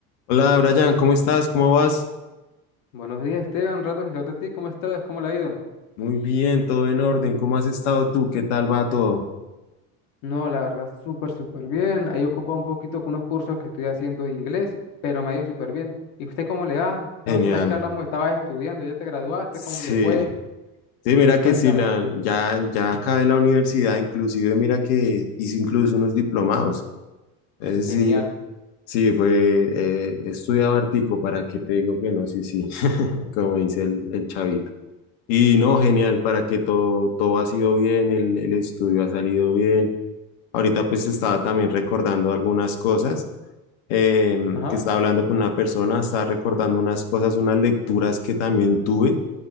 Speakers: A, on the left; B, on the left.
A: Hola Brian, ¿cómo estás? ¿Cómo vas?
B: Buenos días, Esteban. Rato sin saber de ti. ¿Cómo estás? ¿Cómo le ha ido?
A: Muy bien, todo en orden. ¿Cómo has estado tú? ¿Qué tal va todo?
B: No, la verdad, súper, súper bien. Ahí ocupado un poquito con unos cursos que estoy haciendo de inglés, pero me ha ido súper bien. ¿Y usted cómo le va? La
A: Genial.
B: última vez que hablamos estabas estudiando, ya te graduaste,
A: Sí,
B: ¿cómo le fue?
A: sí, mira que
B: Cuéntame.
A: sí, la, ya, ya acabé la universidad, inclusive mira que hice incluso unos diplomados. Ese sí,
B: Genial.
A: sí, fue, eh, estudiaba hartico, ¿para qué te digo que no? Sí, sí, <laughs> como dice el, el chavito. Y no, genial, para que todo, todo ha sido bien, el, el estudio ha salido bien. Ahorita pues estaba también recordando algunas cosas. eh,
B: Ajá.
A: que estaba hablando con una persona, estaba recordando unas cosas, unas lecturas que también tuve